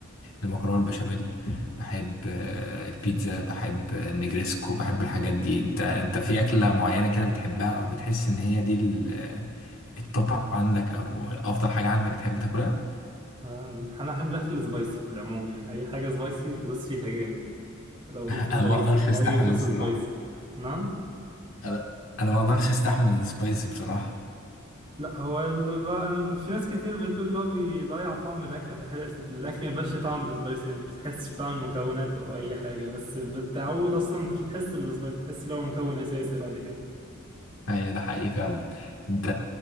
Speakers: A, on the left; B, on the right.
A: المكرونه البشاميل بحب آه، البيتزا بحب النجريسكو بحب الحاجات دي انت انت في اكله معينه كده بتحبها او بتحس ان هي دي ال- التوب عندك او افضل حاجه عندك تحب تاكلها
B: آه، أنا أحب الأكل السبايسي في العموم يعني أي حاجة سبايسي هدوس فيها جامد لو بنت
A: انا
B: سبايسي
A: ما اقدرش استحمل
B: أي صوص
A: الصراحه
B: سبايسي نعم
A: انا انا ما اقدرش استحمل السبايسي بصراحه
B: لا هو ال... ب- انا في ناس كتير بتقول ان هو بيضيع طعم الاكل ما بيحس الاكل ما بيبقاش طعم السبايسي ما بتحسش بطعم المكونات او اي حاجه بس بالتعود اصلا انت مش هتحس بالسبايسي تحس ان هو مكون اساسي بعد كده
A: هي ده حقيقي فعلا انت